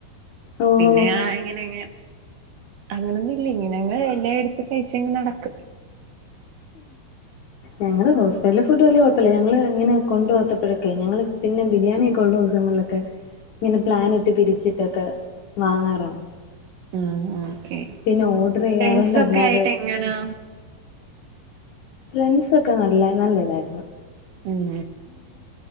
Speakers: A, on the left; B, on the right.
A: ഓഹോ
B: പിന്നെ ആ ഇങ്ങനങ്ങെ അങ്ങനൊന്നുംഇല്ല ഇങ്ങനെ അങ്ങ എല്ലാ എടുത്ത് കഴിച്ചങ്ങെ നടക്കും
A: ഞങ്ങടെ ഹോസ്റ്റലെ ഫുഡ് വലിയ കുഴപ്പല്ല ഞങ്ങള് ഇങ്ങനെ കൊണ്ട് പോത്തപ്പോഴൊക്കെ ഞങ്ങള് പിന്നെ ബിരിയാണി ഒക്കെ ഉള്ള ദിവസങ്ങളിലൊക്കെ ഇങ്ങനെ പ്ലാൻ ഇട്ട് പിരിച്ചിട്ടൊക്കെ വാങ്ങാറുണ്ട്
B: ഉം ഓ ഒക്കെ
A: പിന്നെ ഓർഡർ ചെയ്യാറുണ്ട്
B: ഫ്രണ്ട് സൊക്കെ
A: അല്ലാതെ
B: ആയിട്ട് എങ്ങനാ
A: ഫ്രണ്ട്സൊക്കെ നല്ല നല്ല ഇതായിരുന്നു
B: ഉം